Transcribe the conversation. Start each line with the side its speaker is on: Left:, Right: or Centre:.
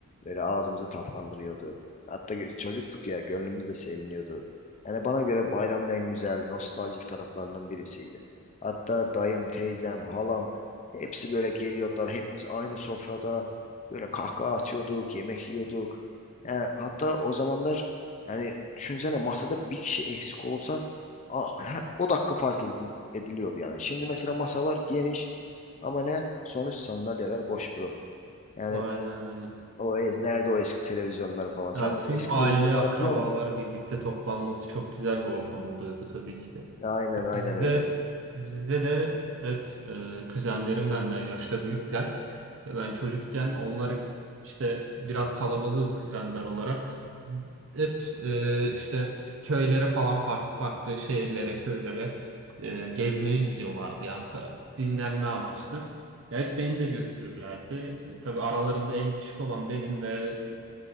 Left: Böyle ağzımızı tatlandırıyordu. Hatta gö- çocuktuk ya gönlümüz de seviniyordu. Yani bana göre bayramın en güzel nostaljik taraflarından birisiydi. Hatta dayım, teyzem, halam hepsi böyle geliyordular. Hepimiz aynı sofrada böyle kahkaha atıyorduk, yemek yiyorduk. Yani hatta o zamanlar yani düşünsene masada bir kişi eksik olsa a- her- o dakika fark edil- ediliyordu yani. Şimdi mesela masalar geniş ama ne? Sonuç sandalyeler boş bro. Yani
Right: Aynen aynen.
Left: o ez nerede o eski televizyonları falan. Sen
Right: Ya tüm
Left: eski
Right: aile,
Left: televizyonları
Right: akrabalar
Left: biliyor musun?
Right: birlikte toplanması çok güzel bir ortam oluyordu tabii ki de.
Left: Aynen
Right: Ya
Left: aynen
Right: Bizde
Left: öyle.
Right: bizde de hep e, kuzenlerim benden yaşta büyükler. Ve ben çocukken onlar hep işte biraz kalabalığız kuzenler olarak. Hep e, işte köylere falan farklı farklı şehirlere, köylere e, gezmeye gidiyorlardı. Yani ta- dinlenme amaçlı. Ya hep beni de götürürlerdi. Tabii aralarında en küçük olan benim ve